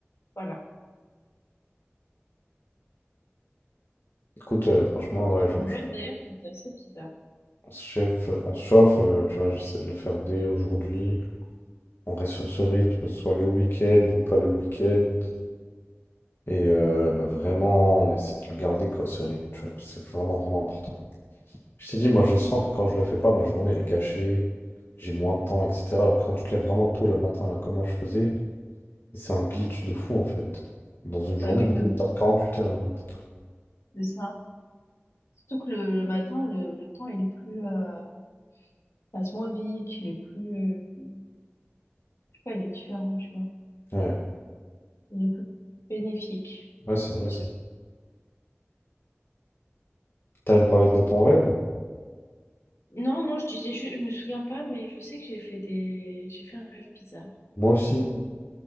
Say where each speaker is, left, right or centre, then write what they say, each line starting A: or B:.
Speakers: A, on the left; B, on the left.
A: Voilà.
B: Écoute, euh, franchement, ouais,
A: J'ai fait
B: je vais
A: un
B: me
A: rêve
B: chauffer.
A: d'ailleurs qui était assez bizarre.
B: On se chauffe, on se chauffe, euh, tu vois, j'essaie de le faire dès aujourd'hui. On reste sur ce rythme, soit le week-end ou pas le week-end. Et euh, vraiment, on essaie de le garder, quoi, ce rythme, tu vois, parce que c'est vraiment, vraiment important. Je t'ai dit, moi, je sens que quand je le fais pas, ma journée, elle est gâchée, j'ai moins de temps, etc. Alors que quand tu te lèves vraiment tôt le matin, là, comme moi, je faisais, c'est un glitch de fou, en fait. Dans une
A: Bah
B: journée,
A: oui,
B: on est
A: bah oui,
B: dans 48 heures, limite.
A: c'est ça. Surtout que le, le matin, le, le temps est le plus... euh, passe moins vite, il est plus... Je sais pas, il est différent, tu vois.
B: Ouais,
A: Il est plus bénéfique,
B: ouais, c'est
A: je
B: vrai,
A: veux dire.
B: ça. T'as même parlé de ton rêve?
A: Non, non, je disais juste, je me souviens pas, mais je sais que j'ai fait des, j'ai fait un rêve bizarre.
B: Moi aussi.
A: Hmm,